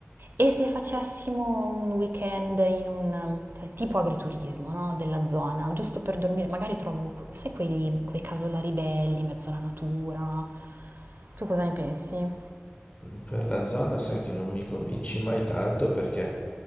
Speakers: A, on the right; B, on the left.
A: E se facessimo un weekend in un, um, sai, tipo agriturismo, no? Della zona, giusto per dormire, magari trovo, sai, quegli- quei casolari belli, in mezzo alla natura. Tu cosa ne pensi?
B: Per la zona sai che non mi convinci mai tanto perché